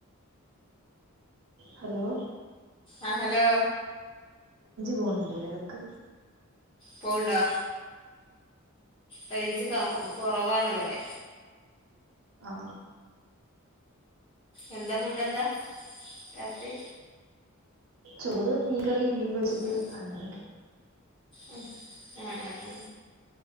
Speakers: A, on the right (about 65°); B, on the left (about 25°).
A: ഹലോ?
B: ആ ഹലോ?
A: പോണ് ണ്ടല്ലോ ഇടക്ക്.
B: പോവ്ണ്ടാ റേഞ്ച് കാകു കുറവാണ് ഇവിടെ.
A: ആ
B: എന്താ ഫുഡ് എന്താ രാത്രി.
A: ചോറ് മീൻകറി മീൻ. പൊരിച്ചത്
B: ഉം
A: അങ്ങനെ
B: ഉം ആ ആ